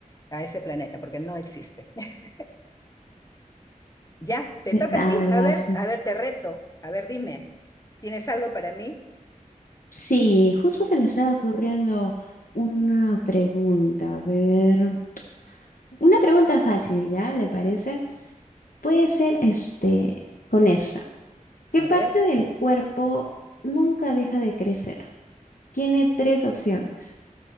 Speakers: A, on the left (about 25°); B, on the left (about 75°).
A: a ese planeta porque no existe. <laughs> Ya, te
B: ¿Verdad,
A: toca a ti.
B: verdad?
A: A ver,
B: Sí.
A: a ver, te reto. A ver, dime, ¿tienes algo para mí?
B: Sí, justo se me estaba ocurriendo una pregunta, a ver, una pregunta fácil, ¿ya? ¿Le parece? Puede ser este, con esta. ¿Qué
A: A
B: parte
A: ver,
B: del cuerpo nunca deja de crecer? Tiene tres opciones.